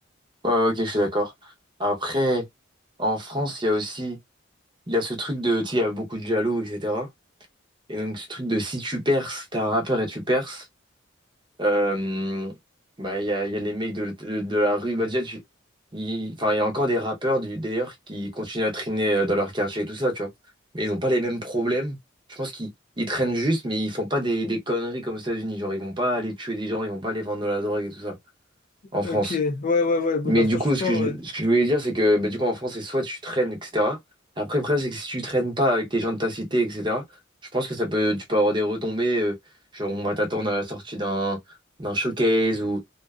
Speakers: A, on the right; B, on the left.
A: ouais, ok, je suis d'accord. Après, en France, il y a aussi, il y a ce truc de, tu sais, il y a beaucoup de jaloux, etc. Et donc ce truc de si tu perces, t'es un rappeur et tu perces, Euh, bah, il y a, il y a les mecs de, de, de la rue. Bah, déjà, tu- il, enfin, il y a encore des rappeurs du, d'ailleurs qui continuent à traîner euh, dans leur quartier et tout ça, tu vois. Mais ils n'ont pas les mêmes problèmes. Je pense qu'ils ils traînent juste, mais ils font pas des, des conneries comme aux États-Unis. Genre, ils vont pas aller tuer des gens, ils vont pas aller vendre de la drogue et tout ça en
B: Ok,
A: France.
B: ouais, ouais, ouais, bah,
A: Mais
B: bah, franchement,
A: du coup, ce que je,
B: ouais.
A: ce que je voulais dire, c'est que bah, du coup, en France, c'est soit tu traînes, etc. Après, le problème, c'est que si tu traînes pas avec les gens de ta cité, etc., je pense que ça peut, tu peux avoir des retombées. euh, genre, on va t'attendre à la sortie d'un d'un showcase ou,